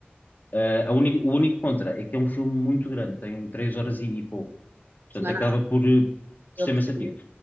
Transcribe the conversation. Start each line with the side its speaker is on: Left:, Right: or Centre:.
Left: Uh, a uni- o único contra é que é um filme muito grande, tem três horas e, e pouco,
Right: Isso
Left: portanto
Right: não é
Left: acaba
Right: nada.
Left: por, uh, por
Right: Eu
Left: ser
Right: prefiro,
Left: maçativo.